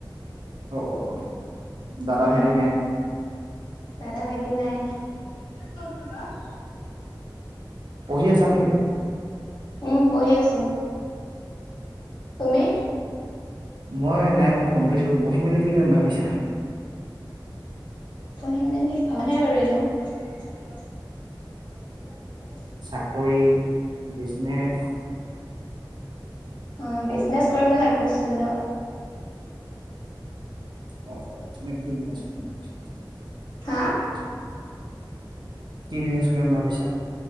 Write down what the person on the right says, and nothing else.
অ', অ' দাদা
ভাইটি নাই।
পঢ়ি আছা নেকি?
মই নাই মোক কমপ্লিট হ'ল। পঢ়ি মেলি কি কৰিম ভাবিছা?
চাকৰি, বিজনেছ,
<unintelligible>
কি বিজনেছ কৰিম ভাবিছা?